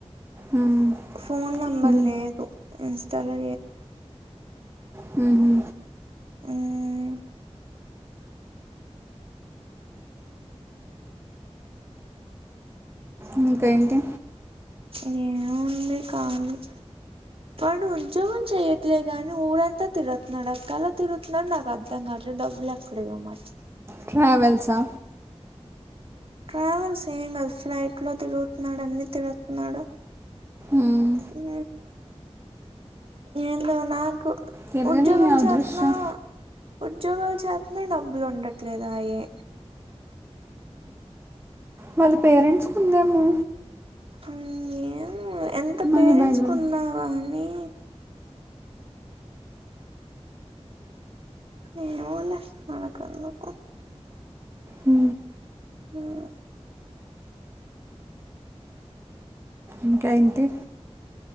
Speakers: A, on the right; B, on the right.
A: మ్మ్,
B: ఫోన్ నంబర్
A: మ్మ్,
B: లేదు ఇన్స్టాలొ
A: హూ హు
B: ఊమ్
A: ఇంకేంటి
B: ఏముంది ఖాళీ వాడు ఉంజోగం చెయ్యట్లే గాని ఊరంతా తిరుగుతున్నాడు క్క ఎలా తిరుగుతున్నాడ నాకు అర్థం కాట్లేదు డబ్బులెక్కడియో మరి
A: ట్రావెల్సా
B: ట్రావెల్స్ ఏం కాదు ఫ్లైట్ లో తిరుగుతున్నాడు అన్నీ తిరుతున్నాడు
A: మ్మ్.
B: ఊ ఏందో నా కు
A: తిరగని
B: ఉద్యోగం
A: అదృష్టం
B: చేత్నా ఉద్యోగం చేత్నే డబ్బులు ఉండట్లేదాయే
A: వాళ్ళ పేరెంట్స్ కుందేమో
B: ఊ ఏమో ఎంత
A: మనీ
B: పేరెంట్స్
A: బ్యాక్గ్రౌండ్
B: కున్న గానీ ఏమోలే మనకెందుకు
A: హు
B: ఆ
A: ఇంకా ఏంటి